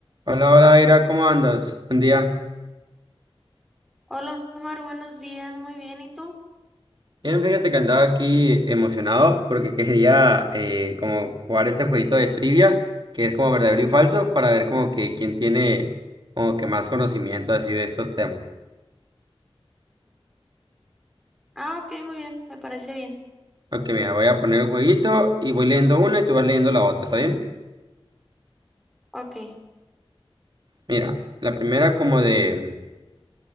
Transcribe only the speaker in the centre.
Hola Omar, buenos días, muy bien, ¿y tú?
Ah, ok, muy bien, me parece bien.
Ok,